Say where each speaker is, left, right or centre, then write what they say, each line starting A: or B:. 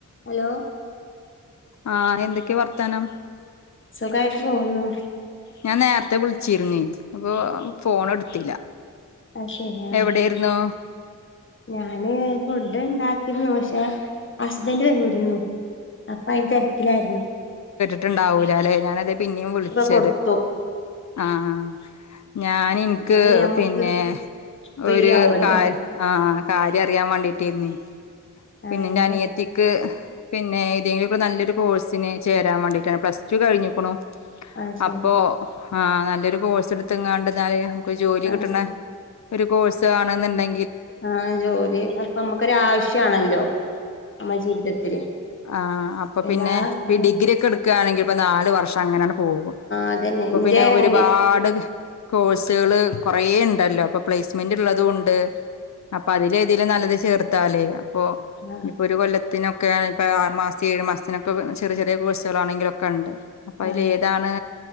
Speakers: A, on the left (about 40°); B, on the left (about 60°).
A: Hello
B: ആഹ് എന്തൊക്കെയാ വർത്താനം?
A: സുഖായിട്ട് പോവുന്നു.
B: ഞാൻ നേർത്തെ വിളിച്ചിരിന്നു അപ്പൊ ഫോണ് എടുത്തില്ല.
A: ആ ശരി ആ
B: എവിടെയായിരുന്നു
A: ഞാന് ഫുഡുണ്ടാക്കിയിരുന്നു പക്ഷെ, ഹസ്ബൻഡ് വന്നിരുന്നു. അപ്പൊ അയിൻ തെരക്കിലായിരുന്നു.
B: ട്ടുണ്ടാവൂല ല്ലെ ഞാനതാ പിന്നിം വിളിച്ചെത്.
A: കൊടുത്തു
B: ആഹ് ഞാന് ഇൻക്ക്
A: അപ്പൊ ഞമ്മക്ക്
B: പിന്നെ
A: ഫ്രീ
B: ഒര്
A: ആവുമല്ലോ
B: കാര് ആഹ് കാര്യം അറിയാൻ വേണ്ടി ട്ടിര്ന്ന് പിന്നെ
A: ആഹ്
B: ഇൻ്റെ
A: എന്താ
B: അനിയത്തിക്ക് പിന്നെ ഏതെങ്കിലൊക്കെ നല്ലൊരു കോഴ്സിന് ചേരാൻ വേണ്ടിട്ടാണ്, പ്ലസ് ടു കഴിഞ്ഞുക്കുണു.
A: ആഹ് ശരി
B: അപ്പൊ ആഹ് നല്ലൊരു കോഴ്സ് എടുത്ത്ങ്ങാണ്ട് ന്നാല് ഒരു ജോലി
A: ആഹ്
B: കിട്ടണെ ഒരു കോഴ്സാണ്ന്ന്ണ്ടെ
A: ആ ജോലി അപ്പൊ നമ്മുക്കൊരാവശ്യണല്ലോ നമ്മളെ ജീവിതത്തില്.
B: ആഹ് അപ്പൊ
A: എല്ലാ
B: പിന്നെ ഈ
A: ആഹ്
B: ഡിഗ്രിക്കെ എടുക്കാണെങ്കിൽ ഇപ്പൊ നാല് വർഷം അങ്ങനാണ്ട് പോകും.
A: അതന്നെ
B: അപ്പൊ
A: എന്റെ
B: പിന്നെ ഒരുപാട്
A: അനിയ
B: കോഴ്സുകള് കൊ കൊയേ ഉണ്ടല്ലോ അപ്പൊ പ്ലേസ്മെന്റ് ഉള്ളതുകൊണ്ട് അപ്പൊ അതില് ഏതേലും നല്ലത് ചേർത്താലേ പോ
A: ആഹ്
B: ഇനിപ്പൊ ഒരു കൊല്ലത്തിനൊ ക്കാണിപ്പ ആറ് മാസ്തെ ഏഴ് മാസ്ത്തിനൊക്കെ ചെറിയ ചെറിയ കേഴ്സ്കളാണെങ്കിലൊക്കെയൂണ്ട്. അപ്പൊ അതില്
A: ആഹ്
B: ഏതാണ്?